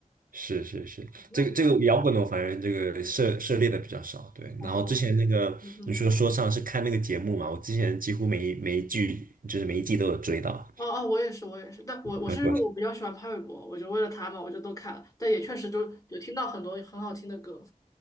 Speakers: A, on the right; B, on the left.
A: 是是是，
B: 那那
A: 这个这个摇滚的我反正这个涉涉猎的比较少，对。
B: 哦，
A: 然后之前那个你说说唱是看那个节目嘛，
B: 嗯哼，
A: 我之前几乎每一每一季就是每一季都有追到。
B: 哦哦，我也是，我也是，但我我是因为我比较喜欢潘玮柏，
A: 能够
B: 我就为了他嘛，我就都看了，但也确实就有听到很多很好听的歌，